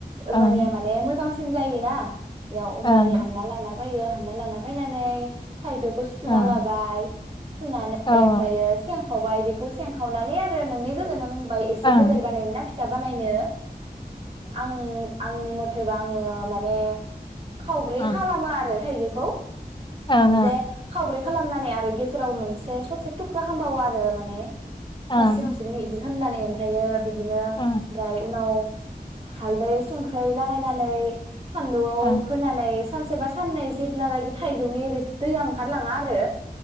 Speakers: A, on the left; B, on the right.
A: ओं
B: मानिया माने मोजांसि जायोना बेयाव अमबानि
A: ओं
B: हानना लाना फैयो हानना लाना फैनानै थाइजौखौ सुना
A: ओं
B: लाबाय सुनानै
A: ओं
B: ओमफ्रायो सें खावबाय बेखौे सें खावनानै आरो नोंनि गोसो नों एसे
A: औ ओं
B: गोदोन बानायनो ना फि फिसा बानायनो आं आंनि मथ गोबां माने खावब्रै
A: ओं
B: खालामो आरो थाइजौखौ खौ
A: ओं
B: जे खावब्रै खालामनानै आरो गेजेराव मोनसे ससे थुख्रा खामबावो आरो माने
A: ओं
B: खावसे खावसे इदि खालामामनानै ओमफ्रायायो बि बिदिनो ओमफ्राय
A: ओं
B: उनाव हालदै संख्रै लागायनानै सान्दुंआव
A: ओं
B: होनानै सानसेबा साननै जेबलागि थाइजौनि रोसि दैया ओंखारलाङा आरो